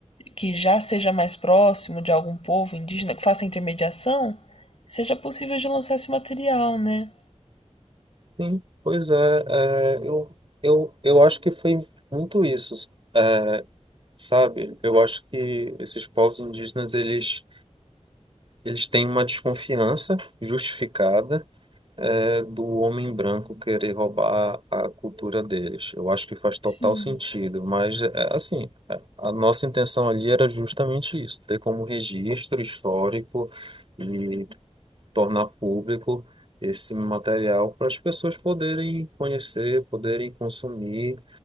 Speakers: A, on the left (about 55°); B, on the right (about 45°).
A: que já seja mais próximo de algum povo indígena que faça intermediação, seja possível de lançar esse material, né?
B: sim, pois é, é, eu, eu, eu acho que foi muito isso. É, Sabe, eu acho que esses povos indígenas, eles Eles têm uma desconfiança justificada, é, do homem branco querer roubar a cultura deles. Eu acho que faz total
A: Sim,
B: sentido, mas é, assim, a a nossa intenção ali era justamente isso, ter como registro histórico e tornar público esse material para as pessoas poderem conhecer, poderem consumir.